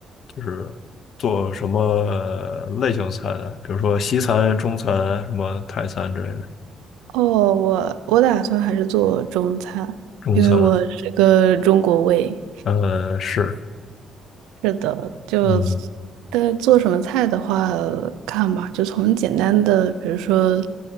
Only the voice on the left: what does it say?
就是做什么类型菜的？比如说西餐、中餐、什么泰餐之类的。
中餐，
呃，是，
嗯